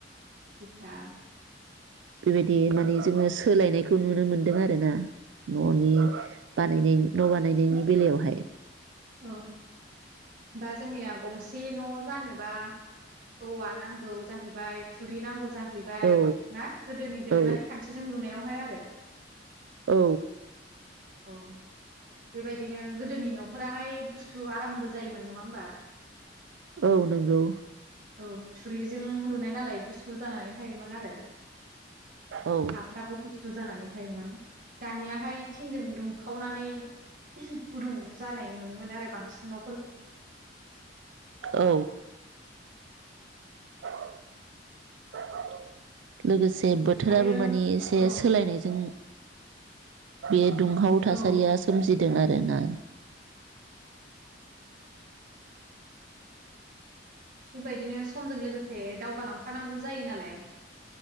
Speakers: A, on the right; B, on the right.
A: इथा
B: बेबायदि माने जोङो सोलायनायखौ नुनो मोनदों आरो ना ननि बानायनि न बानायनायनि बेलायावहाय
A: औ दा जोंनिया गंसे न जानोबा औवा नांगौ जाहैबाय थुरि नांगौ जाहैबाय
B: औ
A: ना गोदोनि दोरोंङारि
B: औ
A: खान्थिजों लुनायावहाय आरो।
B: औ।
A: औ बेबायदिनो गोदोनि न फोराहाय गुसु आरामबो जायोमोन नंङा होमबा।
B: औ
A: <inaudible>
B: नंगौ
A: औ थुरिजों लुनाय नालाय। गुसु जानानै। थायोमोन आरो
B: औ
A: हाफ्राबो गुसु जानानै थ। थायोमोन दानियाहाय थिंजों दुंखावनानै गुदुं। जानाय नुनो मोनो आरो बांसिनाव।
B: औ। <inaudible> लोगोसे। जे बोथोराबो
A: आरो
B: माने एसे
A: औ
B: सोलायनायजों बे दुंहाव थासारिया
A: औ
B: सोम जिदों आरो ना।
A: बेबायदिनो समजों लोगोसे दावगालांफानांगौ जायो नालाय‌।